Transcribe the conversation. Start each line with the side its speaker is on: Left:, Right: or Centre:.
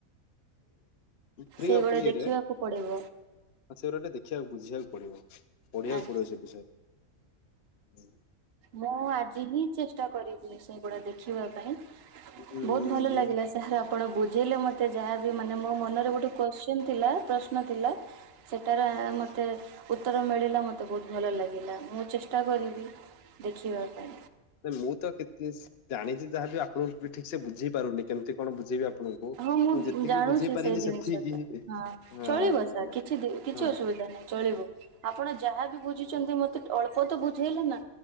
Left: ଫ୍ରି
Right: ସେଇଗୁଡା
Left: ଅଫ ୟରେ
Right: ଦେଖିବାକୁ
Left: ହ
Right: ପଡିବ
Left: ସେଗୁଡ଼ା ଟିକେ ଦେଖିବାକୁ ବୁଝିବାକୁ ପଡିବ ପଢିବାକୁ
Right: ଆଜ୍ଞା
Left: ପଡିବ ସେ ବିଷୟରେ। ହୁଁ।
Right: ମୁଁ ଆଜି ହିଁ ଚେଷ୍ଟା କରିବି ସେଗୁଡା ଦେଖିବା ପାଇଁ
Left: ଉଁ
Right: ବହୁତ ଭଲ ଲାଗିଲା ସା ଯହାର ଆପଣ ବୁଝେଇଲେ ମତେ ଯାହାବି ମାନେ ମୋ ମନରେ ଗୋଟେ କୋଶ୍ଚିିନ ଥିଲା ପ୍ରଶ୍ନ ଥିଲା ସେଟାରେ ମୋତେ ଉତ୍ତର ମିଳିଲା ମୋତେ ବହୁତ ଭଲ ଲାଗିଲା ମୁଁ ଚେଷ୍ଟା କରିବି। ଦେଖିବା ପାଇଁ।
Left: ନା ମୁଁ ତ କି ଜାଣିଛି ଯାହାବି ଆପଣଙ୍କୁ ବି ଠିକ୍ ସେ ବୁଝେଇ ପାରୁନି କେମିତି କଣ ବୁଝେଇି ବି ଆପଣଙ୍କୁ?
Right: ହଁ ମୁଁ
Left: ଯେତିକି
Right: ଜାଣୁଛି
Left: ବୁଝେଇ ପାରିଲି
Right: ସେଇ ଜିନିଷ
Left: ସେତିକି
Right: ଟା ହଁ
Left: ହଁ
Right: ଚଳିବ ସାର୍ କିଛି ଦିନି। କିଛି
Left: ହଁ।
Right: ଅସୁବିଧା ନାହିଁ ଚଳିବୁ। ଆପଣ ଯାହାବି ବୁଝିଚନ୍ତି ମତେ ଅଳ୍ପ ତ ବୁଝେଇଲେ ନା